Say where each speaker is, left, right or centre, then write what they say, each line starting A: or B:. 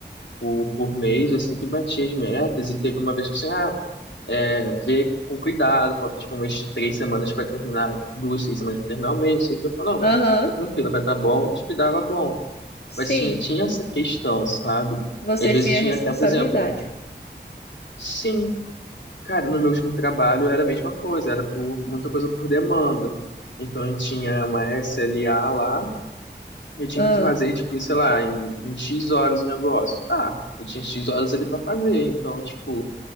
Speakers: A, on the left; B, on the left.
A: por, por mês, eu sempre bati as metas e teve uma vez que assim, ah, é, ver com cuidado, falta tipo umas três semanas para terminar, duas, três semanas para terminar o mês, sei que eu falo, não,
B: Aham,
A: fica tranquilo, vai estar bom, e tipo, dava bom.
B: sim,
A: Mas tinha, tinha essa questão, sabe?
B: você
A: Às vezes
B: tinha
A: tinha
B: responsabilidade.
A: até, por exemplo, sim, cara, no meu último trabalho era a mesma coisa, era por muita coisa por demanda. Então eu tinha uma SLA lá, e eu tinha
B: Ah,
A: que fazer, tipo, sei lá, em, em X horas o negócio. Tá, eu tinha X horas ali pra fazer, então, tipo,